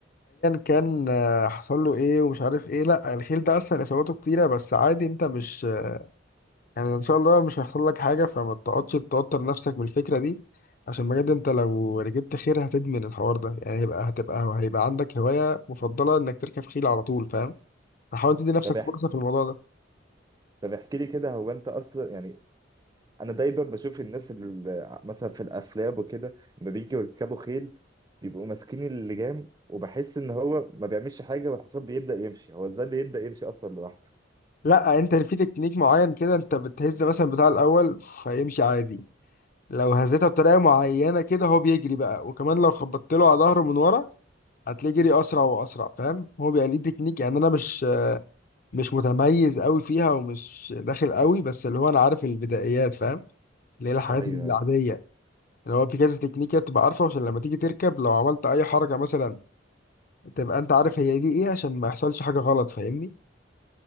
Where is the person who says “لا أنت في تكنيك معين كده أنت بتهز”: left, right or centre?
Left